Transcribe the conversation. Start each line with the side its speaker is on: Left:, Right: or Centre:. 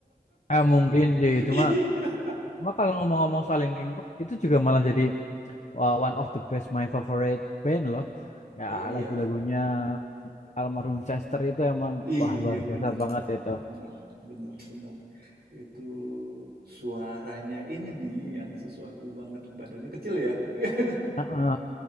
Left: Eh mungkin sih,
Right: <laughs>
Left: cuma cuma kalau ngomong-ngomong soal Linkin Park itu juga malah jadi uh, one of the best my favorite band loh. Ya
Right: Oh iya.
Left: lagu-lagunya almarhum Chester itu emang
Right: Iya,
Left: wah luar biasa
Right: bener.
Left: banget itu.
Right: Bener, bener, bener. Itu suaranya ini nih yang sesuatu banget. Badannya kecil ya. <laughs>
Left: Heeh,